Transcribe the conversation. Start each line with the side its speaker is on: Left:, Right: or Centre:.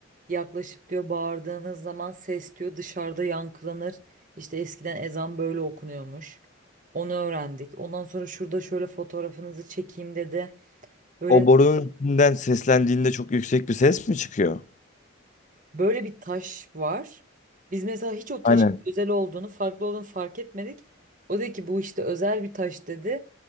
Right: Yaklaşıp diyor bağırdığınız zaman ses diyor dışarıda yankılanır. İşte eskiden ezan böyle okunuyormuş. Onu öğrendik. Ondan sonra şurada şöyle fotoğrafınızı çekeyim dedi. Böyle
Left: O borunun içinden seslendiğinde çok yüksek bir ses mi çıkıyor?
Right: Böyle bir taş var. Biz mesela hiç o taşın
Left: Aynen.
Right: özel olduğunu, farklı olduğunu fark etmedik. O dedi ki bu işte özel bir taş dedi.